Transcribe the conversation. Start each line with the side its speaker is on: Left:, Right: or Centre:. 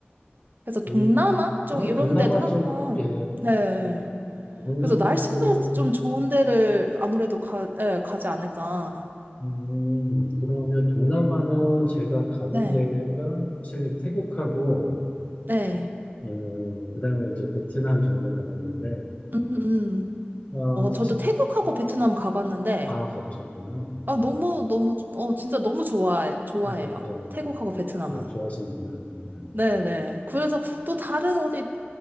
Right: 그래서
Left: 그,
Right: 동남아 쪽
Left: 그럼
Right: 이런
Left: 동남아
Right: 데도 한번,
Left: 쪽, 예,
Right: 네.
Left: 동남아
Right: 그래서 날씨가
Left: 쪽,
Right: 좀 좋은 데를 아무래도 가, 예, 가지 않을까.
Left: 음, 그러면 동남아는 제가 가본
Right: 네.
Left: 데가 사실 태국하고,
Right: 네.
Left: 음, 그다음에 이제 베트남 정도 가봤는데,
Right: 음, 음.
Left: 아,
Right: 어,
Left: 사실,
Right: 저도 태국하고 베트남 가봤는데,
Left: 아, 가보셨구나.
Right: 아,
Left: 음,
Right: 너무, 너무, 어, 진짜 너무 좋아해, 좋아해요.
Left: 네, 네. 네.
Right: 태국하고 베트남은.
Left: 아, 좋아하시는구나. 음.
Right: 네네. 그래서 또 다른 어디,